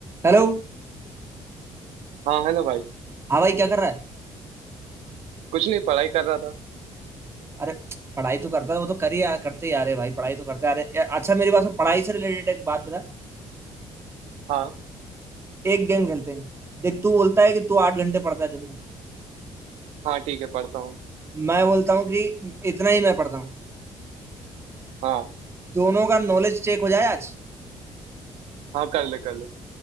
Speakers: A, on the right; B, on the right.
A: Hello
B: हाँ हेलो भाई
A: हाँ भाई क्या कर रहा है
B: कुछ नहीं पढ़ाई कर रहा था
A: अरे पढ़ाई तो करता है वो तो कर ही आ, करते ही आ रहे भाई पढ़ाई तो करते आ रहे ए, अच्छा मेरे पास में पढ़ाई से रिलेटेड एक बात बता
B: हाँ
A: एक गेम खेलते हैं देख तू बोलता है कि तू आठ घंटे पढ़ता है दिन में
B: हाँ ठीक है पढ़ता हूँ
A: मैं बोलता हूँ कि इतना ही मैं पढ़ता हूँ
B: हाँ
A: दोनों का नॉलेज चेक हो जाए आज
B: हाँ कर ले कर ले